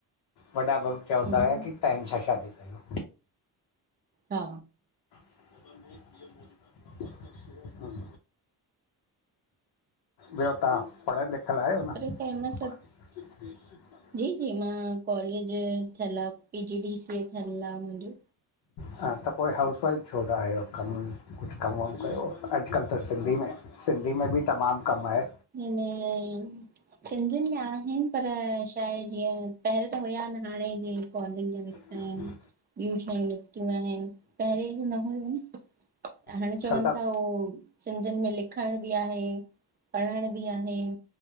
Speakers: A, on the left; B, on the right.
A: वॾा चवंदा
B: हम्म
A: हुया कि टाइम सां शादी कयो।
B: हा।
A: <unintelligible> ह <unintelligible> ॿियो तहां, पढ़ियल लिखियल आहियो न?
B: टाइम सा
A: <unintelligible>
B: जी- जी मां कॉलेज थियल आ, P G D C A थियल आ मुंजो।
A: हा त पो हे हाउसवाइफ छो था हियो, कम कुछ कम वमु कयो। अॼुकल्ह त सिंधी में, सिंधी में ॿि तमामु कमु आहे।
B: इने <unintelligible> सिंधियुनि में आहिन पर, छा हे जीअं पहिरियों त हुया न, हाणें जीअ कॉलिंग
A: ह
B: आहिनि
A: <unintelligible>
B: ॿियूं शयूं निकतियूं आहिनि, पहिरें एॾियू न हूंयू हाणे
A: अॼुकल्ह
B: चवनि
A: त
B: था उह, सिंधियुनि में लिखण ॿि आहे पढ़ण बि आहे